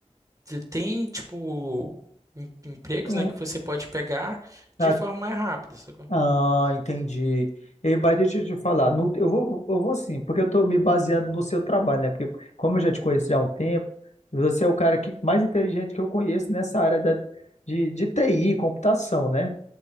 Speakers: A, on the right; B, on the left.
A: você Tem, tipo, em- empregos,
B: Então,
A: né, que você pode pegar
B: tá
A: de forma mais rápida, sacou?
B: Ah, entendi. E, mas deixa eu te falar, no- eu vou, eu vou sim, porque eu estou me baseando no seu trabalho, né? Porque como eu já te conheço já há um tempo, você é o cara que, mais inteligente que eu conheço nessa área da, de, de TI, computação, né?